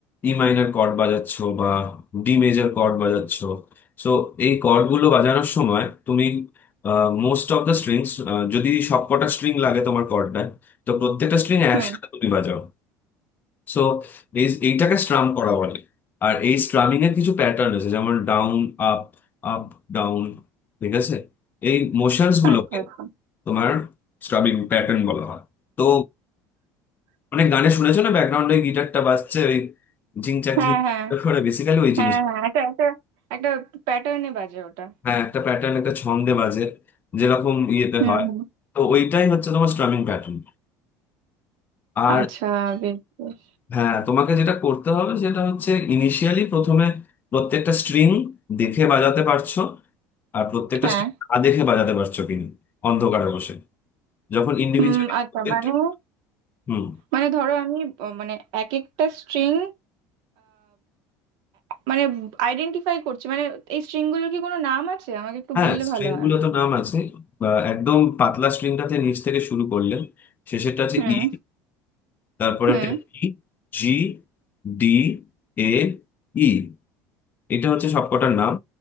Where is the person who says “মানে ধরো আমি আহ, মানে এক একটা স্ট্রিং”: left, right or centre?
Right